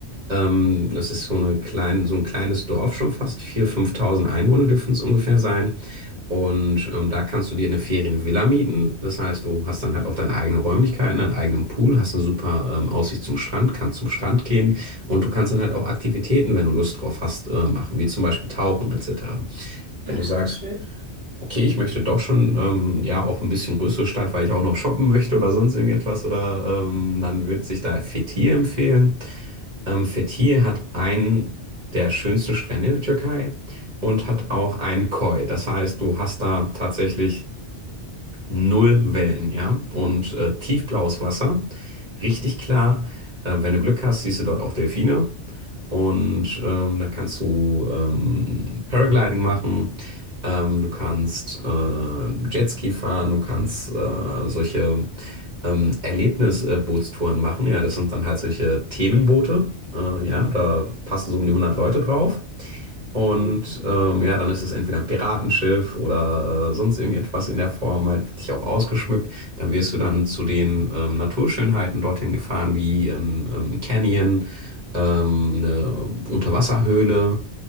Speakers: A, on the right (about 40°); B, on the right (about 20°).
A: Ähm, das ist so eine klein, so ein kleines Dorf schon fast. 4.000, 5.000 Einwohner dürften es ungefähr sein. Und ähm, da kannst du dir eine Ferienvilla mieten. Das heißt, du hast dann halt auch deine eigenen Räumlichkeiten, deinen eigenen Pool, hast eine super ähm, Aussicht zum Strand, kannst zum Strand gehen und du kannst dann halt auch Aktivitäten, wenn du Lust drauf hast, äh, machen, wie zum Beispiel Tauchen etc. Wenn
B: Aha,
A: du sagst,
B: schön.
A: okay, ich möchte doch schon ähm, ja auch ein bisschen größere Stadt, weil ich auch noch shoppen möchte oder sonst irgendetwas oder ähm, dann würde sich da Fethiye empfehlen. Ähm, Fethiye hat einen der schönsten Strände in der Türkei und hat auch einen Koi. Das heißt, du hast da tatsächlich null Wellen, ja. Und äh, tiefblaues Wasser, richtig klar. Äh, wenn du Glück hast, siehst du dort auch Delfine. Und ähm, da kannst du ähm, Paragliding machen, ähm, du kannst äh, Jetski fahren, du kannst äh, solche ähm, Erlebnisbootstouren machen. Ja, das sind dann halt solche Themenboote. Äh, ja, da passen so um die hundert Leute drauf. Und
B: Mhm.
A: ähm, ja, dann ist es entweder ein Piratenschiff oder äh, sonst irgendetwas in der Form, halt wirklich auch ausgeschmückt. Dann wirst du dann zu den ähm, Naturschönheiten dorthin gefahren, wie ein ähm, Canyon, ähm, eine Unterwasserhöhle.